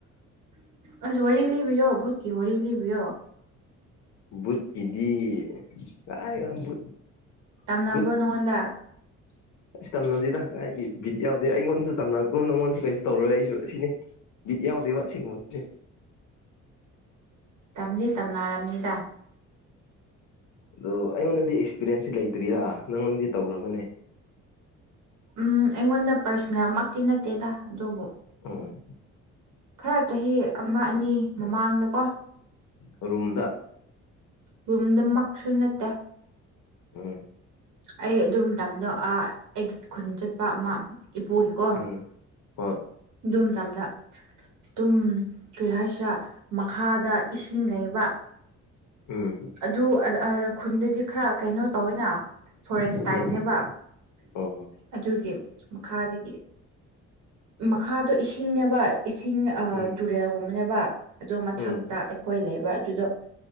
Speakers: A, on the right; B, on the left.
A: ꯑꯁ ꯋꯥꯔꯤ ꯂꯤꯕꯤꯌꯣ ꯚꯠꯀꯤ ꯋꯥꯔꯤ ꯂꯤꯕꯤꯌꯣ
B: ꯕꯨꯠꯀꯤꯗꯤ ꯀꯥꯏ ꯌꯥꯝ ꯕꯨꯠ
A: ꯇꯝꯅꯕ꯭ꯔꯣ
B: ꯕꯨꯠ
A: ꯅꯉꯣꯟꯗ
B: <inaudible> ꯑꯁ ꯇꯝꯅꯁꯤꯗ ꯍꯥꯏꯥꯏꯒꯤ ꯕꯤꯠ ꯌꯥꯎꯗꯦ ꯑꯩꯉꯣꯟꯗꯁꯨ ꯇꯝꯅꯔ꯭ꯔꯣ ꯅꯪꯉꯣꯟꯁꯨ ꯀꯩꯁꯨ ꯇꯧꯔꯣꯏ ꯑꯩꯁꯨ ꯑꯁꯤꯅꯤ ꯏꯗꯤ ꯌꯥꯗꯩꯕ ꯁꯤꯒꯨꯝꯕꯦ
A: ꯇꯝꯗꯤ ꯇꯝꯅꯔꯝꯅꯤꯗ
B: ꯑꯗꯣ ꯑꯩꯉꯣꯟꯗꯗꯤ ꯑꯦꯛꯁꯄꯤꯔꯦꯟꯁꯁꯤ ꯂꯩꯇ꯭ꯔꯤꯔ ꯅꯪꯉꯣꯟꯗꯗꯤ ꯇꯧꯈ꯭ꯔꯕꯅꯦ
A: ꯎꯝ ꯑꯩꯉꯣꯟꯗ ꯄꯔꯁꯅꯦꯜꯃꯛꯇꯤ ꯅꯠꯇꯦꯗ ꯑꯗꯨꯕꯨ
B: ꯎꯝ
A: ꯈꯔ ꯆꯍꯤ ꯑꯃ ꯑꯅꯤ ꯃꯃꯥꯡꯗꯀꯣ
B: ꯔꯨꯝꯗ
A: ꯔꯨꯝꯗꯃꯛꯁꯨ ꯅꯠꯇꯦ
B: ꯎꯝ
A: ꯑꯩ ꯑꯗꯨ ꯃꯇꯝꯗꯣ ꯑ ꯑꯩꯒꯤ ꯈꯨꯟ ꯆꯠꯄ ꯑꯃꯥ ꯏꯄꯨꯒꯤꯀꯣ
B: ꯎꯝ ꯍꯣꯏ
A: ꯏꯗꯨꯝ ꯃꯇꯝꯗ ꯇꯨꯝ ꯀꯔꯤ ꯍꯥꯏꯁꯤꯔꯥ ꯃꯈꯥꯗ ꯏꯁꯤꯡ ꯂꯩꯩꯕ
B: ꯎꯝ
A: ꯑꯗꯨ ꯈꯨꯟꯗꯗꯤ ꯈꯔ ꯀꯩꯅꯣ ꯇꯧꯋꯤꯅ ꯐꯣꯔꯦꯁ
B: ꯎꯝ
A: ꯇꯥꯏꯞꯅꯦꯕ
B: ꯍꯣꯏ ꯍꯣꯏ
A: ꯑꯗꯨꯒꯤ ꯃꯈꯥꯗꯒꯤ ꯃꯈꯥꯗꯣ ꯏꯁꯤꯡꯅꯦꯕ ꯏꯁꯤꯡ ꯑ
B: ꯎꯝ
A: ꯇꯨꯔꯦꯜꯒꯨꯝꯕꯅꯦꯕ ꯑꯗꯨ ꯃꯊꯛ
B: ꯎꯝ
A: ꯇ ꯑꯩꯈꯣꯏ ꯂꯩꯕ ꯑꯗꯨꯗꯣ